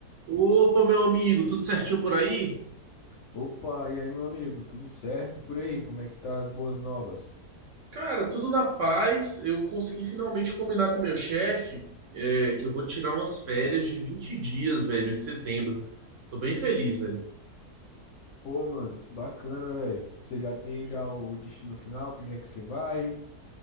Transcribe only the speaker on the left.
Opa, e aí, meu amigo, tudo certo E por aí? Como é que tá as boas novas?
Pô, mano, que bacana, velho. Você já tem já o destino final, pra onde é que você vai?